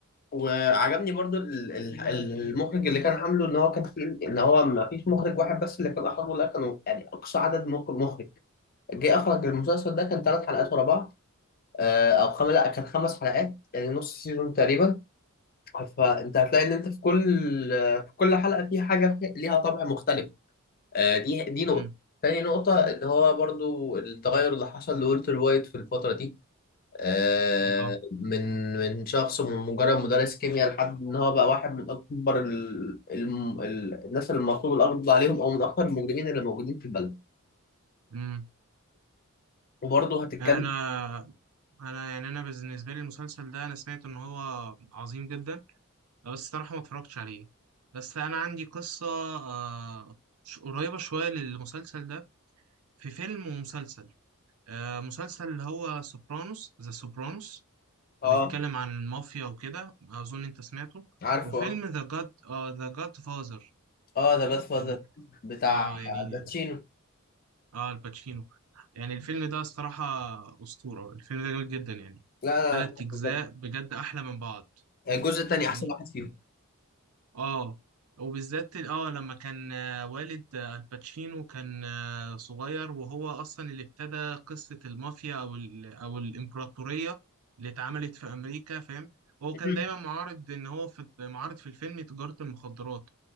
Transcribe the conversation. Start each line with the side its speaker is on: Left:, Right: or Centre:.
Left: وعجبني برضو ال- ال- المخرج اللي كان عامله ان هو كان في ان هو ما فيش مخرج واحد بس اللي كان اخرجه لا كانوا يعني اقصى عدد مخ- مخرج جه اخرج المسلسل ده كان ثلاث حلقات ورا بعض آه، او خمس لا كان خمس حلقات يعني نص سيزون تقريبا فانت هتلاقي ان انت في كل آه، في كل حلقه في حاجه في- ليها طابع مختلف آه، دي دي نقطه
Right: مم.
Left: تاني نقطه اللي هو برضو التغير اللي حصل لولتر وايت في الفتره دي آه،
Right: اه
Left: من من شخص من مجرد مدرس كيمياء لحد ان هو بقى واحد من اكبر ال- الم- ال- الناس اللي المطلوب القبض عليهم او من اكبر المجرمين اللي موجودين في البلد
Right: مم.
Left: وبرضه هتتكلم
Right: انا انا يعني انا بالنسبة لي المسلسل ده انا سمعت ان هو عظيم جدا لا، بس الصراحة ما اتفرجتش عليه بس أنا عندي قصة آه، ش- قريبة شوية للمسلسل ده في فيلم ومسلسل آه، مسلسل اللي هو سوبرانوس ذا سوبرانوس
Left: اه
Right: بيتكلم عن المافيا وكده أظن أنت سمعته
Left: عارفه
Right: وفيلم
Left: اه
Right: ذا جاد ذا جاد فازر
Left: اه ذا جاد فاذر
Right: يعني
Left: بتاع
Right: اه يعني
Left: الباتشينو
Right: اه الباتشينو يعني الفيلم ده الصراحة أسطورة الفيلم ده جميل جدا يعني
Left: لا لا
Right: تلات
Left: لا، تحفة
Right: أجزاء
Left: بجد
Right: بجد أحلى من بعض
Left: الجزء الثاني
Right: فاهمني
Left: احسن واحد فيهم
Right: اه وبالذات ال- اه لما كان آه، والد آه، الباتشينو كان آه، صغير وهو اصلا اللي ابتدى قصة المافيا او ال او الامبراطورية اللي اتعملت في امريكا فاهم هو كان
Left: مم.
Right: دايما معارض ان هو في معارض في الفيلم تجارة المخدرات